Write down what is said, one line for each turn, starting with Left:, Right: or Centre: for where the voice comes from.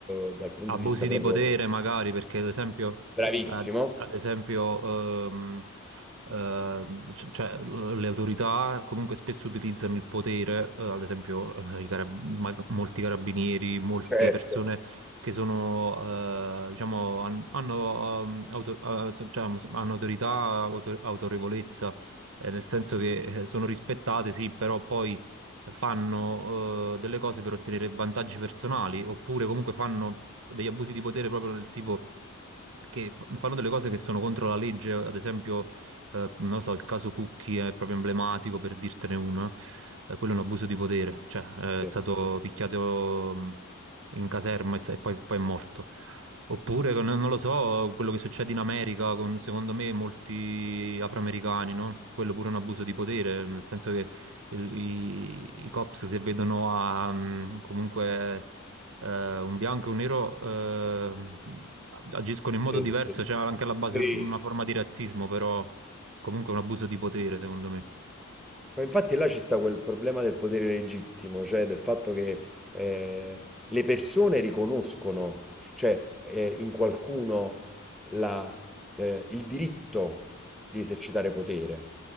Centre: eh, dal punto
Right: abusi
Centre: di vista proprio
Right: di potere magari perché ad esempio,
Centre: Bravissimo,
Right: ad, ad esempio ehm, ehm, c- cioè, l- le autorità comunque spesso utilizzano il potere, eh, ad esempio eh, i carab- ma- molti carabinieri, molte
Centre: certo,
Right: persone che sono, eh, diciamo, han- hanno, ehm, auto- eh, so- cioè, hanno autorità, auto- autorevolezza, eh, nel senso che eh, sono rispettate, sì, però poi fanno eh, delle cose per ottenere vantaggi personali, oppure comunque fanno degli abusi di potere proprio del tipo che f- fanno delle cose che sono contro la legge, ad esempio, eh, non lo so, il caso Cucchi è proprio emblematico per dirtene uno, eh, quello è un abuso di potere, cioè eh,
Centre: sì,
Right: è stato
Centre: sì,
Right: picchiato mh, in caserma e, s- e poi, poi è morto. Oppure, con- non lo so, quello che succede in America con, secondo me, molti afroamericani, no? Quello pure è un abuso di potere, nel senso che il- i, i cops si vedono a mm, comunque eh, un bianco e un nero eh, agiscono in
Centre: sì,
Right: modo diverso,
Centre: sì.
Right: c'è anche alla base
Centre: Sì,
Right: una forma di razzismo, però comunque è un abuso di potere, secondo me.
Centre: Ma infatti là ci sta quel problema del potere legittimo, cioè del fatto che eh, le persone riconoscono, cioè eh, in qualcuno la- eh, il diritto di esercitare potere.